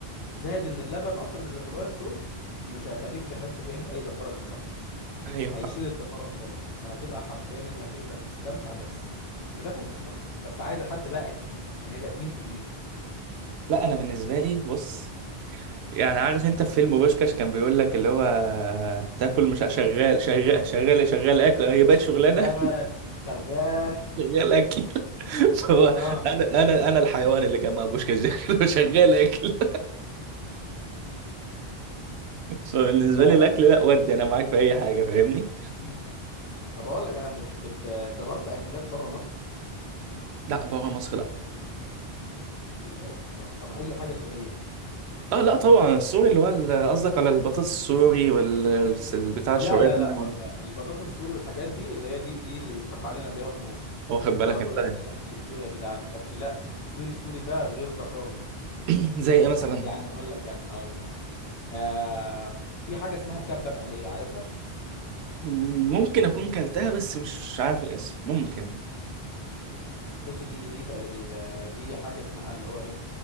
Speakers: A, on the left; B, on the right.
A: زائد ان اللبن اصلا اللي في الوايت صوص مش هيخليك تحس بريحه اي زفاره للسمك
B: ايوه فاهم
A: هيشيل الزفارة خالص فهتبقى حرفيا انك انت بتستمتع بس بتاكل وتستمتع بس عايزة حد بقى اكيد عشان هيبقى تقيل تقيل
B: لا انا بالنسبه لي بص يعني عارف انت في فيلم بوشكاش كان بيقول لك اللي هو تاكل مش شغال شغال شغال شغال اكل هي بقت شغلانه
A: شغال شغال
B: <laughs> شغال اكل فهو
A: <laughs> اه
B: انا انا انا الحيوان اللي كان مع بوشكاش ده <laughs> شغال اكل فبالنسبه
A: لا
B: لي
A: لا
B: الاكل لا ودي انا معاك في اي حاجه فاهمني
A: م- م. طب اقول لك انا بت... بت... جربت اكلات بره مصر
B: لا بره مصر لا
A: ازاي يا اسطى طب اي حاجه سوريه
B: اه لا طبعا السوري اللي هو ال- قصدك على البطاطس السوري وال ال- بتاع الشاورما
A: لا لا لا
B: وال-
A: ال- البطاطس السوري الحاجات دي اللي هي دي دي اللي بيضحكوا علينا بيها في مصر
B: واخد بالك
A: اللي هو بيقول
B: انت
A: لك
B: <clears throat> يعني.
A: ده الاكل السوري يا جدعان لكن لا سوري السوري بقى غير ده خالص
B: <laughs> زي ايه مثلا
A: يعني اقول لك انا اقول لك انا آه في حاجه اسمها كبه مقليه عارفها
B: ممكن اكون كلتها بس مش عارف الاسم ممكن
A: بص دي دي تقر- ال- دي حاجه اسمها اللي هو ايه